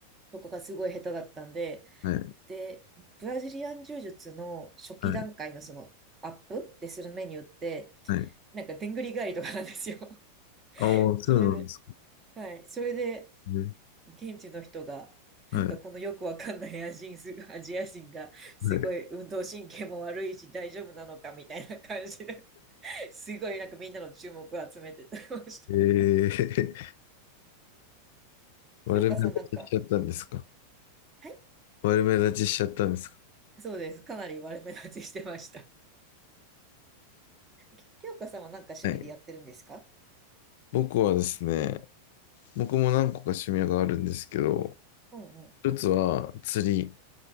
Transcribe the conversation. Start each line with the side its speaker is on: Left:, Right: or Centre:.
Right: とかがすごい下手だったんで、
Left: はい。
Right: で、ブラジリアン柔術の初期段階のそのアップでするメニューって、
Left: はい。はい。
Right: なんかでんぐり返りとかなんですよ。
Left: ああ、
Right: <laughs>
Left: そうなんです
Right: それで、はい。それで、
Left: ね。
Right: 現地の人が、
Left: はい。
Right: なんかこのよくわかんないアジンすアジア
Left: は
Right: <laughs> 人が、すごい運動神経も悪いし大丈夫なのかみたいな感じで、
Left: い。
Right: <laughs> すごいなんかみんなの注目を集めてたりました。
Left: ええー、
Right: <laughs>
Left: <laughs> 丸め出ししちゃったんですか。
Right: 京香さんなんか、は
Left: 悪目立ちしちゃったんですか。
Right: そうです。かなり悪目立ちしてました。き清香さんは何か趣味でやってるんですか
Left: はい。僕はですね、僕も何個か趣味があるんですけど、
Right: うんうん。
Left: 一つは釣り。